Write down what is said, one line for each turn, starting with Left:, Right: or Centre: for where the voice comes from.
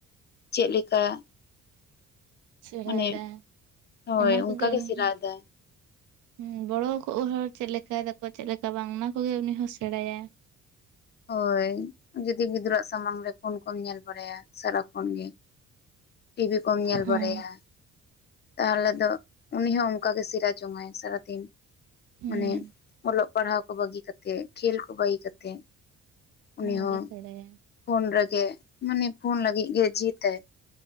Left: ᱪᱮᱫ ᱞᱮᱠᱟ
Right: ᱥᱮᱬᱟᱭᱫᱟᱭ
Left: ᱢᱟᱱᱮ ᱦᱳᱭ
Right: ᱚᱱᱟ ᱠᱚᱜᱮ
Left: ᱚᱱᱠᱟ
Right: ᱩᱱᱤ
Left: ᱜᱮ ᱥᱮᱬᱟᱭ
Right: ᱦᱚᱸ
Left: ᱫᱟᱭ
Right: ᱦᱚᱸ ᱵᱚᱲᱚ ᱠᱚᱜ ᱦᱚᱲ ᱪᱮᱫ ᱞᱮᱠᱟᱭ ᱫᱟᱠᱚ ᱪᱮᱫ ᱞᱮᱠᱟ ᱵᱟᱝ ᱚᱱᱟ ᱠᱚᱜᱮ ᱩᱱᱤ ᱦᱚᱸ ᱥᱮᱬᱟᱭᱟ
Left: ᱦᱳᱭ ᱡᱩᱫᱤ ᱜᱤᱫᱽᱨᱟᱹᱣᱟᱜ ᱥᱟᱢᱟᱝ ᱨᱮ ᱯᱷᱳᱱ ᱠᱚᱢ ᱧᱮᱞ ᱵᱟᱲᱟᱭᱟ ᱥᱟᱨᱟᱠᱷᱚᱱ ᱜᱮ ᱴᱤᱵᱤ ᱠᱚᱢ ᱧᱮᱞ
Right: ᱦᱮᱸ
Left: ᱵᱟᱲᱟᱭᱟ ᱛᱟᱦᱚᱞᱮ ᱫᱚ ᱩᱱᱤ ᱦᱚᱸ ᱚᱝᱠᱟ ᱜᱮ ᱥᱤᱲᱟ ᱡᱚᱝᱟᱭ ᱥᱟᱨᱟᱫᱤᱱ
Right: ᱦᱮᱸ
Left: ᱢᱟᱱᱮ ᱚᱞᱚᱜ ᱯᱟᱲᱦᱟᱣ ᱠᱚ ᱵᱟᱹᱜᱤ ᱠᱟᱛᱮᱜ ᱠᱷᱮᱞ ᱠᱚ ᱵᱟᱹᱜᱤ ᱠᱟᱛᱮᱜ ᱩᱱᱤ
Right: ᱚᱱᱟ ᱠᱚᱜᱮ
Left: ᱦᱚᱸ
Right: ᱥᱮᱬᱟᱭᱟ
Left: ᱯᱷᱳᱱ ᱨᱮᱜᱮ ᱢᱟᱱᱮ ᱯᱷᱳᱱ ᱞᱟᱹᱜᱤᱜ ᱜᱮ ᱡᱤᱛᱟᱭ